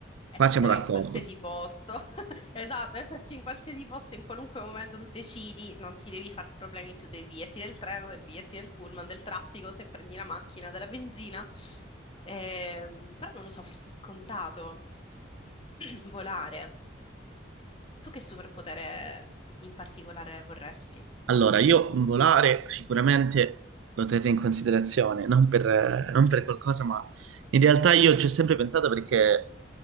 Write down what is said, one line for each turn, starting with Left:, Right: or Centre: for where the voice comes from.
Left: essere
Right: Qua siamo d'accordo.
Left: in qualsiasi posto, <laughs> esatto, esserci in qualsiasi posto, in qualunque momento tu decidi, non ti devi far problemi più dei biglietti del treno, del biglietti del pullman, del traffico, se prendi la macchina, della benzina. Ehm, però non lo so, forse è scontato <clears throat> volare. Tu che superpotere in particolare vorresti?
Right: Allora, io volare sicuramente lo terrei in considerazione, non per, non per qualcosa, ma in realtà io ci ho sempre pensato perché